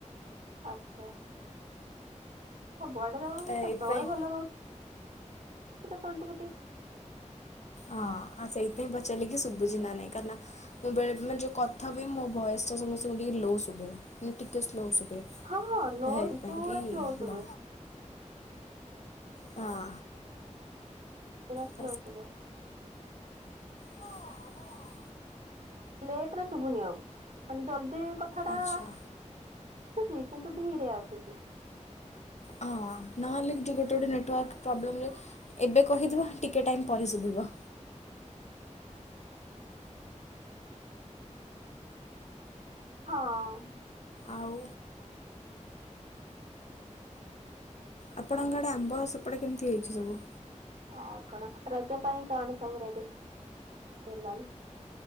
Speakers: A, on the right; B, on the left.
A: ଆଚ୍ଛା। ସବୁଆଡ଼େ ଜାଉ
B: ଏ
A: କେତେବେଳେ
B: ଏଇଥିପାଇଁ
A: ଭଲ ରହୁଛିହୁଛି କେତେବେଳେ ଟିକେ ଟିକେ।
B: ହଁ ଆ ସେଇଥିପାଇଁ ପଚାରିଲି କି ସୁୁଭୁଚି ନା ନାଇଁ କହିଁକିନା। ମୁଁ ବେଳେଳେ ମେ ଯୋଉ କଥା ହୁଏ ମୋ ଭଏସ ଟା ସମସ୍ତଙ୍କୁ ଟିକେ ଲୋ ଶୁଭେ ମାନେ ଟିକେ ସ୍ଲୋ ଶୁଭେ।
A: ହଁ ହଁ ଲୋ
B: ହେଇଥିପାଇଁ
A: ପୁରା
B: କି
A: ସ୍ଲୋ ଶୁଭେ।
B: ବା ହଁ।
A: ପୁରା ସ୍ଲୋ
B: ତ
A: ସୁଭେ
B: ହଁ ହଁ।
A: ଲେଟ ରେ ଶୁଭୁନି ଆଉ ମାନେ ଜଲଦି। ସେଡା
B: ଆଚ୍ଛା
A: ଆସ ଆସୁଛି କିନ୍ତୁ ଧୀରେ ଆସୁଛି।
B: ହଁ ନହେଲେ କି ଯଉ ଗୋଟେ ଗୋଟେ ନେଟୱାର୍କ ପ୍ରୋବ୍ଲେମ ରେ ୲ ଏବେ କହିଦବା ଟିକିଏ ଟାଇମ୍ ପରେ ଶୁଭିବ।
A: ହଁ।
B: ଆଉ। ଆପଣଙ୍କ ଆଡ଼େ ଆମ୍ବ ସେପଟେ କେମିତି ହେଇଛି ସବୁ।
A: ଆଉ କଣ ରଜ ପାଇଁ କଣ ସବୁ ରେଡି? ହେଲାଣି